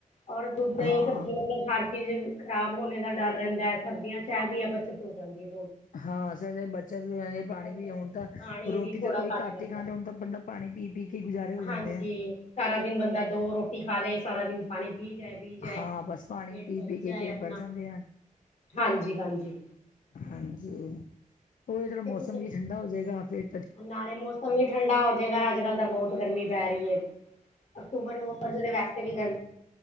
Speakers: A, on the left; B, on the left.
A: ਔਰ ਦੁੱਧ, ਦਹੀ,
B: ਹਾਂ
A: ਸਬਜ਼ੀ ਮਤਲਬ ਹਰ ਚੀਜ਼ ਖ਼ਰਾਬ ਹੋਣੇ ਦਾ ਡਰ ਰਹਿੰਦਾ ਸਰਦੀਆਂ ਚ ਐ ਵੀ ਐ ਬੱਚਤ ਹੋ ਜਾਂਦੀ ਐ
B: ਹਾਂ, ਸਈ ਗੱਲ ਬੱਚਤ ਵੀ ਹੈਨੀ ਪਾਣੀ
A: ਅੱਛਾ
B: ਵੀ
A: ਅੱਛਾ।
B: ਹੁਣ ਤਾਂ
A: ਪਾਣੀ
B: ਰੋਟੀ
A: ਵੀ ਥੋੜਾ
B: ਤਾਂ ਕੋਈ ਘੱਟ
A: ਲੱਗਦਾ।
B: ਹੀ ਖਾਂਦੇ ਹੁਣ ਤਾਂ ਬੰਦਾ ਪਾਣੀ ਪੀ ਪੀ ਕੇ ਗੁਜ਼ਾਰੇ ਹੋ ਜਾਂਦੇ
A: ਹਾਂਜੀ,
B: ਹੈ
A: ਸਾਰਾ ਦਿਨ ਬੰਦਾ ਦੋ ਰੋਟੀ ਖਾ ਲਏ ਸਾਰਾ ਦਿਨ ਪਾਣੀ ਪੀ ਜਾਏ ਪੀ ਜਾਏ
B: ਹਾਂ ਬਸ ਪਾਣੀ
A: ਪੇਟ
B: ਪੀ
A: ਭਰੀ
B: ਪੀ ਕੇ
A: ਜਾਏ
B: ਪੇਟ
A: ਆਪਣਾ
B: ਭਰ ਜਾਂਦੇ ਆ
A: ਹਾਂਜੀ-ਹਾਂਜੀ
B: ਹਾਂਜੀ ਉਹ ਥੜਾ ਮੌਸਮ
A: ਤੇ ਕੁੱਝ
B: ਵੀ ਠੰਡਾ ਹੋ ਜਾਏਗਾ ਫੇ
A: ਨਾਲੇ ਮੌਸਮ ਵੀ ਠੰਡਾ ਹੋਜਏਗਾ ਅੱਜ ਕੱਲ ਤਾਂ ਬਹੁਤ ਗਰਮੀ ਪੈ ਰਹੀ ਹੈ- ਅਕਤੂਬਰ ਨਵੰਬਰ ਚ ਵੈਸ ਵੀ ਗਰਮੀ